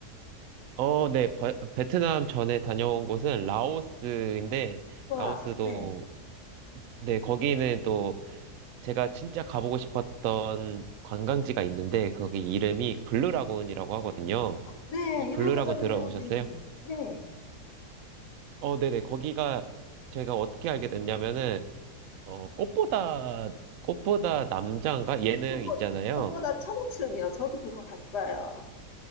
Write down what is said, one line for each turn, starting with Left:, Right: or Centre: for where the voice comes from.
Right: 어, 네. 베, 베트남 전에 다녀온 곳은 라오스인데,
Left: 와,
Right: 라오스도,
Left: 네.
Right: 네, 거기는 또 제가 진짜 가보고 싶었던 관광지가 있는데, 거기 이름이 블루라군이라고 하거든요.
Left: 네,
Right: 혹시 블루라군
Left: 유명하잖아요.
Right: 들어보셨어요?
Left: 네. 네.
Right: 어, 네네. 거기가 제가 어떻게 알게 됐냐면은, 어, 꽃보다, 꽃보다 남자인가? 예능
Left: 무엇보-
Right: 있잖아요.
Left: 무엇보다 청춘이요. 저도 그거 봤어요.